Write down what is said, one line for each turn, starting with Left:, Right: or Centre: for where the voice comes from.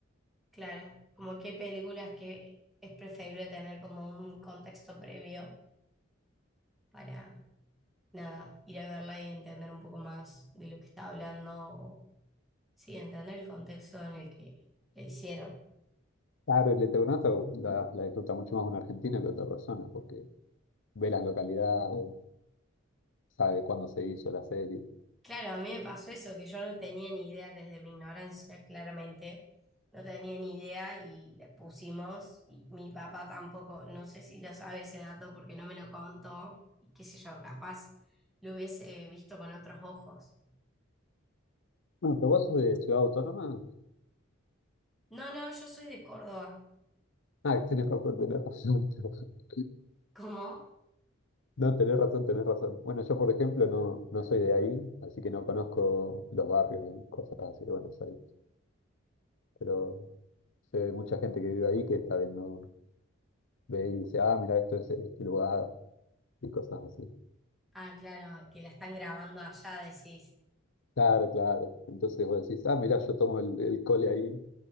Centre: Claro, como que hay películas que es preferible tener como un contexto previo para, nada, ir a verla y entender un poco más de lo que está hablando, o, sí, entender el contexto en el que la hicieron.
Left: Claro, el Eternauta la, la disfruta mucho más una argentina que otra persona porque ve las localidades, sabe cuándo se hizo la serie.
Centre: Claro, a mí me pasó eso, que yo no tenía ni idea desde mi ignorancia, claramente, no tenía ni idea y le pusimos, y mi papá tampoco, no sé si lo sabe ese dato porque no me lo contó, y qué sé yo, capaz lo hubiese visto con otros ojos.
Left: Bueno, pero vos sos de Ciudad Autónoma.
Centre: No, no, yo soy de Córdoba.
Left: Ah, tenés razón, tenés razón. <laughs>
Centre: ¿Cómo?
Left: No, tenés razón, tenés razón. Bueno, yo por ejemplo no, no soy de ahí, así que no conozco los barrios y cosas así de Buenos Aires. Pero sé de mucha gente que vive ahí que está viendo, ve y dice, ah, mira, esto es este lugar y cosas así.
Centre: Ah, claro, que la están grabando allá, decís.
Left: Claro, claro. Entonces vos decís, ah, mira, yo tomo el, el cole ahí